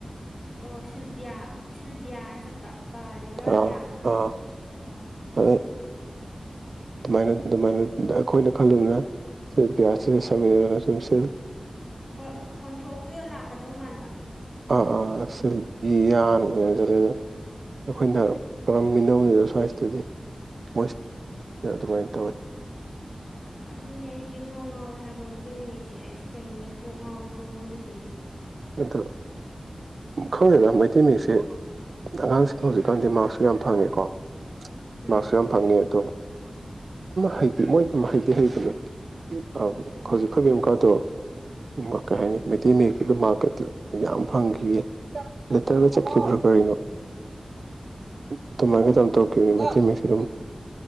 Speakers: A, on the left; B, on the right.
A: ꯑꯣ ꯁꯤꯜꯕꯤꯌꯥ ꯁꯤꯜꯕꯤꯌꯥꯅ ꯆꯠꯄ ꯕꯥꯖꯤꯒ
B: ꯑꯥ
A: ꯌꯥꯒ
B: ꯑꯥ
A: ꯑꯣ
B: ꯑꯗ ꯑꯗꯨꯃꯥꯏꯅ ꯑꯗꯨꯃꯥꯏꯅ ꯑꯈꯣꯏꯅ ꯈꯜꯂꯨꯕꯅ ꯁꯤ ꯄꯤꯌꯥꯁꯤ ꯁꯝ ꯏꯅꯞ <unintelligible>
A: ꯍꯣꯏ ꯈꯣꯟꯊꯣꯛꯇꯨꯗ ꯂꯥꯛꯀꯗꯧ ꯃꯥꯟꯕ
B: ꯑꯥ ꯑꯥ ꯁꯤꯗꯤ ꯌꯥꯅ ꯑꯗꯨꯃꯥꯏꯅ ꯆꯠꯂ ꯑꯗꯣ ꯑꯩꯈꯣꯏꯅ ꯄꯨꯔꯝꯃꯤꯅꯅꯤꯗ ꯁ꯭ꯋꯥꯏꯁꯇꯗꯤ ꯃꯣꯏ ꯑꯗꯨꯃꯥꯏꯅ ꯇꯧꯋꯤ
A: ꯑꯗꯨꯅꯦ ꯑꯩꯁꯨ ꯏꯉꯥꯎ ꯉꯥꯎꯋꯦ ꯍꯥꯏꯕ ꯃꯩꯇꯩ ꯃꯌꯦꯛꯁꯦ ꯑꯁ ꯀꯩꯅꯣ ꯑꯩ ꯀꯣꯛ ꯉꯥꯎꯏꯤ ꯀꯣꯛ ꯃꯣꯏꯒꯤꯁꯦ
B: ꯑꯗꯣ ꯈꯪꯗꯦꯅ ꯃꯩꯇꯩ ꯃꯌꯦꯛꯁꯦ ꯑꯉꯥꯡꯁꯤꯡ ꯍꯧꯖꯤꯛꯀꯥꯟꯗꯤ ꯃꯥꯔꯛꯁꯨ ꯌꯥꯝ ꯐꯪꯉꯦꯀꯣ
A: ꯎꯝ
B: ꯃꯥꯔꯛꯁꯨ ꯌꯥꯝ ꯐꯪꯉꯦ ꯑꯗꯣ ꯍꯥꯇꯦ ꯃꯣꯏ ꯑꯗꯨꯝ ꯍꯥꯏꯗꯤ ꯍꯩꯕꯅꯦ ꯑ
A: ꯎꯝ
B: ꯍꯧꯖꯤꯛꯈꯕꯤ ꯑꯃꯨꯛꯀꯗꯣ ꯑꯣ ꯀꯩ ꯍꯥꯏꯅꯤ ꯃꯩꯇꯩ ꯃꯌꯦꯛ ꯀꯤꯗꯨꯃꯥꯛ꯫ ꯗꯨ꯫ ꯌꯥꯝ ꯐꯪꯈꯤꯌꯦ ꯂꯦꯇꯔꯒ ꯆꯠꯈꯤꯕ꯭ꯔꯥ ꯀꯔꯤꯅꯣ ꯑꯗꯨꯃꯥꯏꯅ ꯑꯗꯨꯝ ꯇꯧꯈꯤꯝꯅꯤ ꯃꯩꯇꯩ ꯃꯌ‌ꯦꯛ ꯫ ꯗꯨꯝ